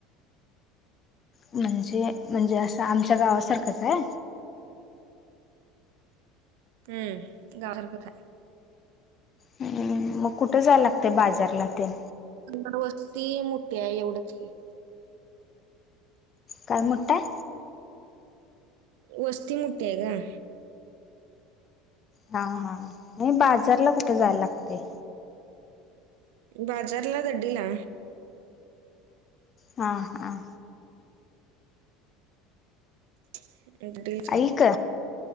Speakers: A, on the left; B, on the right.
A: म्हणजे म्हणजे असं आमच्या गावासारखंच हाय
B: हम्म, गावासारखंच हाय.
A: हम्म मग कुठं जाया लागतंय बाजारला ते?
B: पण वस्ती मोठी हाय एवढच की
A: काय मोठं हाय?
B: वस्ती मोठी हाय गं.
A: हा हा, नाही बाजारला कुठं जायला लागते?
B: बाजारला दड्डीला.
A: हां हां!
B: <unintelligible>
A: ऐक